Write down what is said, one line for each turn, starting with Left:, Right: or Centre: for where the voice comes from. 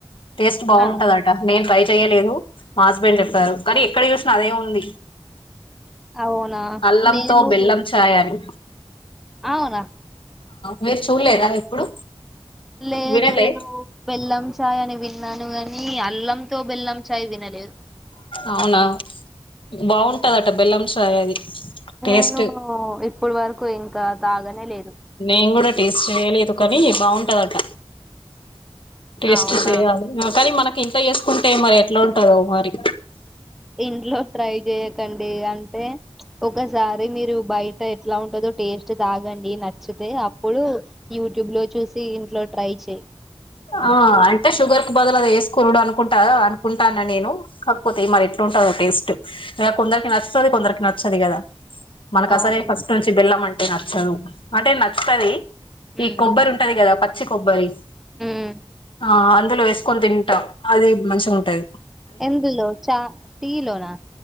Left: టేస్ట్ బావుంటదట
Centre: ఆ
Left: నేను పై చేయలేదు మా హస్బెండ్ చెప్పారు కానీ ఎక్కడ చూసినా అదే ఉంది
Centre: అవునా
Left: అల్లంతో
Centre: నేను
Left: బెల్లం చాయి అని
Centre: అవునా
Left: మీరు చూడలేదా ఎప్పుడు
Centre: లేదు
Left: వినలే
Centre: నేను బెల్లం చాయ్ అని విన్నాను గాని అల్లంతో బెల్లం చాయ్ వినలేదు
Left: అవునా బావుంటదట బెల్లం చాయ్ అది టేస్ట్
Centre: నేనూ ఇప్పుడు వర కు ఇంకా తాగానే లేదు
Left: నేన్ కూడా టేస్ట్ చేయలేదు కానీ బావుంటదట టేస్ట్
Centre: అవునా
Left: చేయాలి కానీ మనకు ఇంత చేసుకుంటే మరి ఎట్లా ఉంటదో మరి
Centre: ఇంట్లో ట్రై చేయ తెండి అంటే ఒకసారి మీరు బయట ఎట్లా ఉంటుందో టేస్ట్ తాగండి నచ్చితే అప్పుడు యూట్యూబ్ లో చూసి ఇంట్లో ట్రై చెయ్
Left: ఆ అంటే షుగర్ కి బదులు అది వేసుకునుడు అనుకుంటా అనుకుంటాన్న నేను కాకపోతే మరి ఎట్లుంటాదో టేస్ట్ ఇక కొందరికి నచ్చుతాది కొందరికి నచ్చది కదా మనకు
Centre: అవును
Left: అసలే ఫస్ట్ నుంచి బెల్లంమంటే న చదువు అంటే నచ్చుతాది ఈ
Centre: ఉమ్
Left: కొబ్బరి ఉంటది కదా పత్ చ్చి కొబ్బరిస్
Centre: ఉమ్
Left: ఆ ఆళ్ అందులో వేసుకొని తింటాం అది మంచిగా ఉంటాది
Centre: ఎందులో చా టీ లోనా